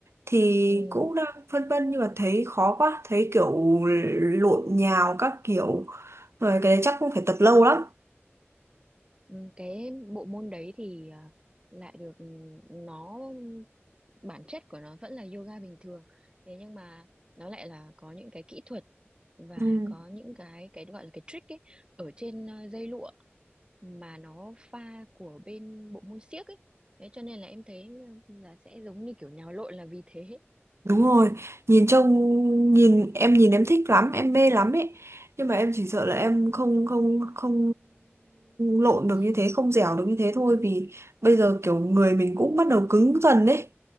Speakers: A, on the right; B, on the right.
A: Thì
B: ừ,
A: cũng đang phân vân nhưng mà thấy khó quá, thấy kiểu lộn nhào các kiểu. Rồi cái đấy chắc cũng phải tập lâu lắm.
B: ừ. cái bộ môn đấy thì ờ, lại được ừ, nó bản chất của nó vẫn là yoga bình thường thế nhưng mà nó lại là có những cái kỹ thuật và
A: Ừ.
B: có những cái cái gọi là cái trick ấy ở trên ờ, dây lụa mà nó pha của bên bộ môn xiếc ấy thế cho nên là em thấy ờ, là sẽ giống như kiểu nhào lộn là vì thế
A: Đúng rồi, nhìn trông nhìn em nhìn em thích lắm, em mê lắm ấy. Nhưng mà em chỉ sợ là em không không không lộn được
B: <laughs>
A: như thế, không dẻo được như thế thôi vì bây giờ kiểu người mình cũng bắt đầu cứng dần đấy.